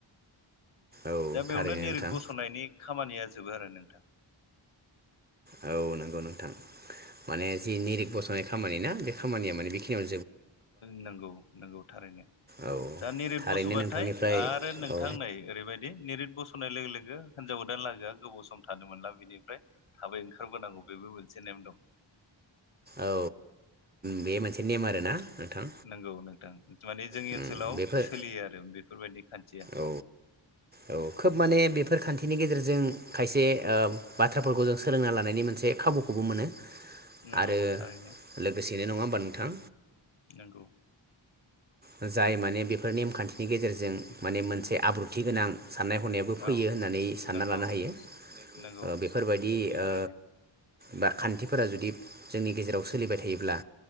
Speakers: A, on the right (about 20°); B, on the left (about 80°).
A: औ
B: दा
A: थारैनो
B: बेयावनो निरित
A: नोंथां
B: बस'नायनि खामानिया जोबो आरो नोंथां।
A: औ नोंगौ नोंथां माने जि निरिग बसनाय खामानि ना बे खामानिया माने बेखिनियाव
B: नोंगौ नोंगौ थारैनो
A: औ
B: दा निरिद
A: थारैनो
B: बसबाताइ
A: नोंथांनिफ्राय
B: आरो नोंथां
A: औ
B: नाय ओरैबायदि निरित बोस'नाय लोगो लोगो हिनजाव गोदान लागोआ गोबाव सम थानो मोनला बिनिफ्राय थाबै ओंखारबोनांगौ बेबो मोनसे नेम दं।
A: औ बे मोनसे नेम आरोना। नोंथां
B: नोंगौ नोंथां इदि माने जोंनि
A: उम
B: ओनसोलाव
A: बेफोर
B: सोलियो आरो बेफोर बायदि खान्थिया।
A: औ औ खोब माने बेफोर खान्थिनि गेजेरजों खायसे ओ बाथ्राफोरखौ जों सोलोंना लानायनि मोनसे खाबुखौबो मोनो।
B: नंगौ
A: आरो
B: थारैनो
A: लोगोसेनो नङा बोनथां
B: नोंगौ
A: जाय माने बेफोर नेमखान्थिनि गेजेरजों माने मोनसे आब्रुथि गोनां साननाय हनायाबो फैयो
B: औ
A: होननानै सानना
B: नंगौ
A: लानो हायो
B: नंगौ
A: ओ बेफोरबायदि
B: थारैनो
A: ओ बा खान्थिफोरा जुदि जोंनि गेजेराव सोलिबाय थायोब्ला